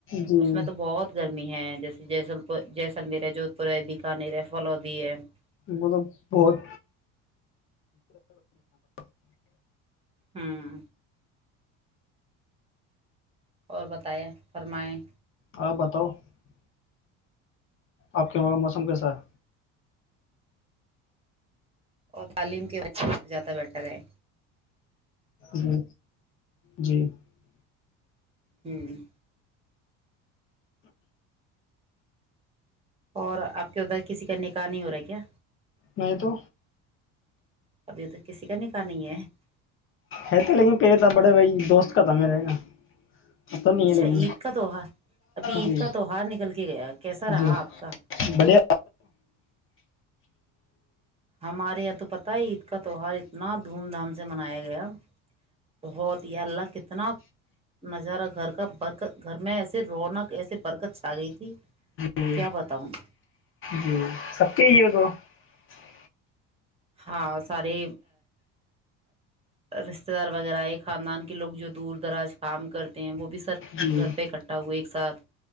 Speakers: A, on the left; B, on the right.
A: جی
B: اس میں تو بہت گرمی ہے جیسے جیسے <unintelligible> جیسلمیر ہے جوھ پور ہے بیکانیر ہے فلوودی ہے <unintelligible>
A: وہ تو بہت <unintelligible>
B: ہاں <unintelligible> اور بتیں فرمائیں
A: ہاں بتاؤ <unintelligible> آپ کے وہاں کا موسم کیسا ہے
B: اور تعلیم کے بے سے زیادہ بیٹر ہے
A: جی جی <unintelligible>
B: ہوں <unintelligible> اور آپ کے ادھر کسی کا نکاح نہیں ہو رہا ہے کیا
A: نہیں تو
B: ابھی ادھر کسی کا نکح نہیں ہے <unintelligible>
A: ہے تھے لیکن پہے تھا بڑے بی دوست کا تھا میرے کا <unintelligible>
B: اچھا
A: لیکن
B: عید کا تہوار ابھی عید
A: جی
B: کا تہوہار نکل کے گیا کیسا رہا
A: جی
B: آپ کا <unintelligible>
A: بڑھیا
B: ہمارے یا تو پتہ ہے عید کا تیوہار اتنا دھوم دھام سے منایا گیا بہت یہ اللہ کتنا نظارہ گھر کا برکت گھر میں ایسے رونق ایسے برکت چھا گئی تھی
A: جی
B: کیا بتاؤں <unintelligible>
A: جی سب کے ہی ہے تو <unintelligible>
B: ہاں سارے رشتتے دار وغیرہ ہے خاندان کے لوگ جو دور دراز کام کرتے ہیں وہ بھی سر
A: جی
B: گھر پہ اکٹھا ہوئے ایک ساتھ